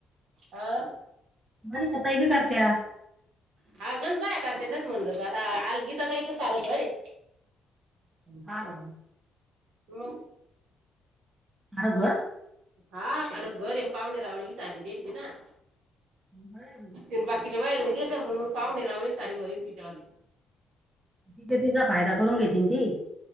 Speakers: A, on the right; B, on the right.
A: हा.
B: मनिषा ताई बी करतिया.
A: हा गण बाया करते तेच म्हणलोतो आता आलगीता तच सार घर अय.
B: पण का बरं?
A: हम्
B: अरो घर
A: हा कार घर पावणेरावळी बी साारी देी ना
B: बरंय बाई
A: त बाकीच्या बायालानी गेले पण मग पावणे रावळे सारी बरी तिच्यावाणी.
B: तिचा तिचा फायदा करून घेती न ती?